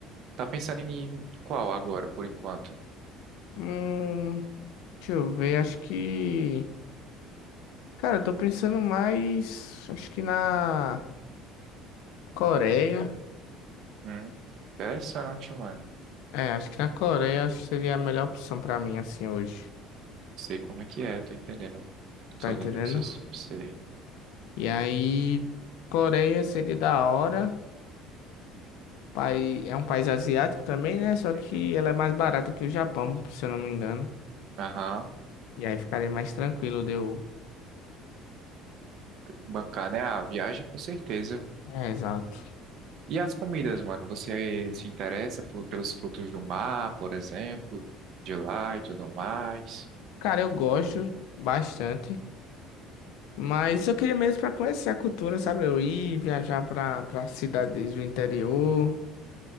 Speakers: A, on the right (about 45°); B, on the left (about 80°).
A: tá pensando em qual agora, por enquanto?
B: Hum, deixa eu ver, acho que... Cara, eu tô pensando mais, acho que na Coreia.
A: Hum, interessante, mano.
B: É, acho que na Coreia acho que seria a melhor opção pra mim assim hoje.
A: Sei como é que é, tô entendendo. Tô
B: Tá entendendo?
A: lendo o raciocínio, sei.
B: E aí, Coreia seria da hora. Pai, é um país asiático também, né? Só
A: Uhum.
B: que ela é mais barata que o Japão, se eu não me engano.
A: Aham.
B: E aí ficaria mais tranquilo de eu.
A: Bancar, né? A viagem, com certeza.
B: É, exato.
A: E as comidas, mano? Você se interessa por- pelos frutos do mar, por exemplo, de lá e tudo mais?
B: Cara, eu gosto bastante, mas eu queria mesmo pra conhecer a cultura, sabe? Eu ir viajar pra para cidades do interior.